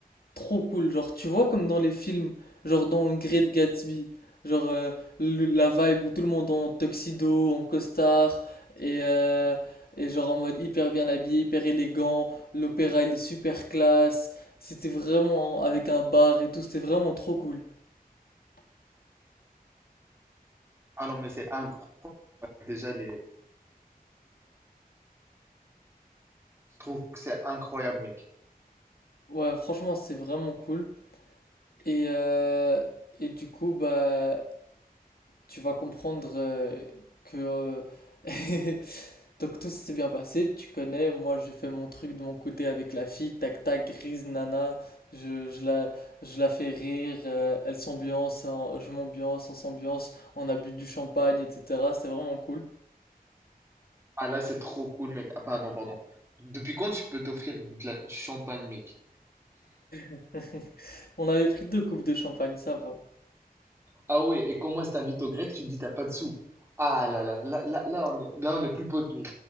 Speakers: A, on the left; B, on the right.
A: trop cool. Genre, tu vois, comme dans les films, genre dans Great Gatsby, genre euh, le- la vibe où tout le monde est en tuxedo, en costard, et, euh, et genre en mode hyper bien habillé, hyper élégant. L'opéra, il est super classe. C'était vraiment avec un bar et tout, c'était vraiment trop cool.
B: Ah non, mais c'est incroyable. Déjà, les, Je trouve que c'est incroyable, mec.
A: Ouais, franchement, c'est vraiment cool. Et, euh, et du coup, bah. tu vas comprendre euh, que euh, <laughs> donc tout s'est bien passé, tu connais, moi j'ai fait mon truc de mon côté avec la fille, tac tac, grise nana, je, je la, je la fais rire, euh, elle s'ambiance, en- je m'ambiance, on s'ambiance, on a bu du champagne, etc. C'était vraiment cool.
B: Ah là, c'est trop cool, mec. Ah, pardon, pardon. Depuis quand tu peux t'offrir de la- du champagne, mec?
A: <laughs> On avait pris deux coupes de champagne, ça va.
B: Ah ouais, et quand moi je t'invite au grec, tu me dis t'as pas de sous. Ah là là, là, là, là, on est, là, on est plus potes, mec.